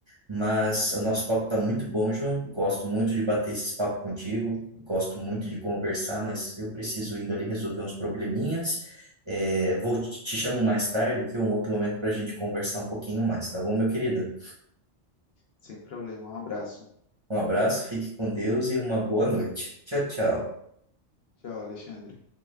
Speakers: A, on the right; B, on the left.
A: Mas o nosso papo está muito bom, João. Gosto muito de bater esse papo contigo. Gosto muito de conversar, mas eu preciso indo ali resolver uns probleminhas. É, vou te te chamo mais tarde aqui, um outro momento para a gente conversar um pouquinho mais, tá bom, meu querido?
B: Sem problema. Um abraço.
A: Um abraço, fique com Deus e uma boa noite. Tchau, tchau.
B: Tchau, Alexandre.